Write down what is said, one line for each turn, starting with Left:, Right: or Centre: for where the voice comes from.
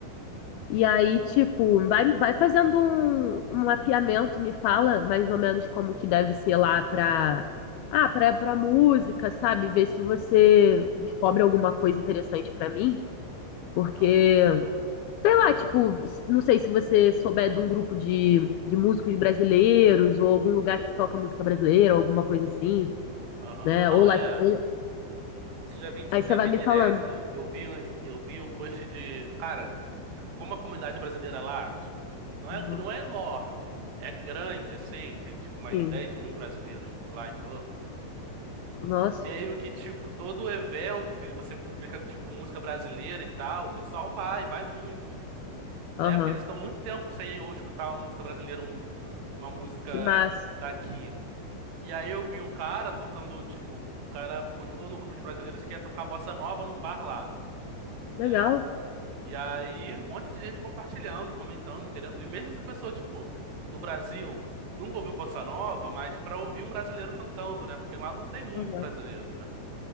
Left: E aí, tipo, vai, vai fazendo um, um mapeamento, me fala mais ou menos como que deve ser lá pra, ah, pra, pra música, sabe? Ver se você descobre alguma coisa interessante pra mim, porque
Right: Ah,
Left: Sei lá, tipo, não sei se você souber de um grupo de, de músicos brasileiros ou algum lugar que toca música brasileira, ou alguma coisa assim,
Right: aham.
Left: né? Ou
Right: Não,
Left: lá,
Right: é.
Left: ou-
Right: Isso já vi,
Left: aí você
Right: já
Left: vai
Right: vi
Left: me
Right: direto.
Left: falando.
Right: Eu vi, eu vi um post de, cara, como a comunidade brasileira lá, tipo, não
Left: Uhum.
Right: é, não é enorme, é grande assim, tem tipo mais
Left: Sim.
Right: 10 mil brasileiros por lá em Perth.
Left: Nossa.
Right: Meio que, tipo, todo evento que você publica, tipo, música brasileira e tal, o pessoal vai, vai muito, né?
Left: Aham.
Right: Porque eles estão muito tempo sem eu escutar uma música brasileira, um- uma música
Left: Que massa.
Right: daqui. E aí eu vi um cara tocando, tipo, o cara postou no grupo de brasileiros que ia tocar bossa nova num bar lá, né?
Left: Legal.
Right: E aí um monte de gente compartilhando, comentando, querendo ir. Mesmo se a pessoa, tipo, no Brasil nunca ouviu bossa nova, mas pra ouvir um brasileiro cantando, né? Porque lá não tem muito
Left: Aham.
Right: brasileiro, né?